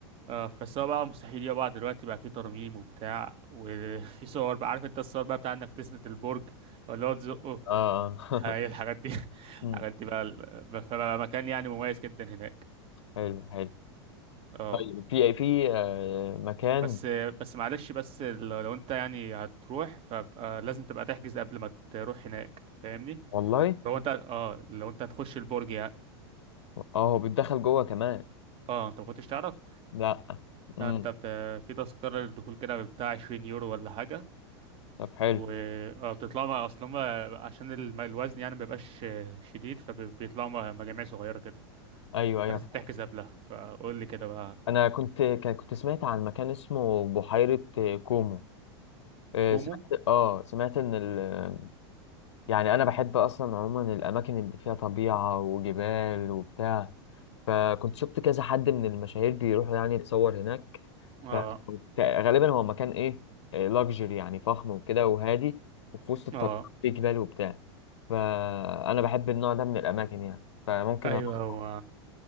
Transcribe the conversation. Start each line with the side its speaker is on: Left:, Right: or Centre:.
Right: اه فالسوا بقى مستحيل يقع بقى دلوقتي بقى في ترميم وبتاع وفي <laughs> صور بقى عارف انت الصور بقى بتاع انك تسند البرج ولا هو تزقه
Left: اه اه <laughs>
Right: هي الحاجات دي <laughs>
Left: امم
Right: الحاجات دي بقى ال- فبقى مكان يعني مميز جدا هناك
Left: حلو حلو
Right: اه
Left: طيب في في آه مكان
Right: بس بس معلش بس لو لو انت يعني هتروح فبقى لازم تبقى تحجز قبل ما تروح هناك فاهمني
Left: والله
Right: لو انت اه لو انت هتخش البرج يعني
Left: اه هو بيتدخل جوه كمان
Right: اه انت ما كنتش تعرف
Left: لا امم
Right: لا انت بت... في تذكرة للدخول كده بتاع 20 يورو ولا حاجة
Left: طب حلو
Right: و اه بتطلعوا مع اصل هما عشان الم- الوزن يعني مبيبقاش شديد فبيطلعوا مع مجاميع صغيرة كده
Left: ايوه ايوه
Right: فلازم تحجز قبلها فقول لي كده بقى
Left: انا كنت ك- كنت سمعت عن مكان اسمه بحيرة كومو آه،
Right: كومو
Left: سمعت اه سمعت ان ال... يعني انا بحب اصلا عموما الاماكن اللي فيها طبيعة وجبال وبتاع فكنت شفت كذا حد من المشاهير بيروحوا يعني يتصور هناك
Right: اه
Left: ف- ت- غالبا هو مكان ايه لاكجري يعني فخم وكده وهادي وفي وسط الطبيعة
Right: اه
Left: في جبال وبتاع فانا بحب النوع ده من الاماكن يعني فممكن
Right: ايوه
Left: أروح.
Right: هو